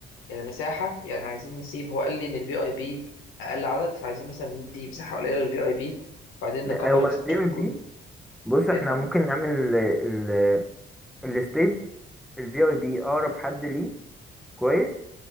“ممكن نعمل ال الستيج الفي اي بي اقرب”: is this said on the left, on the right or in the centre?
Centre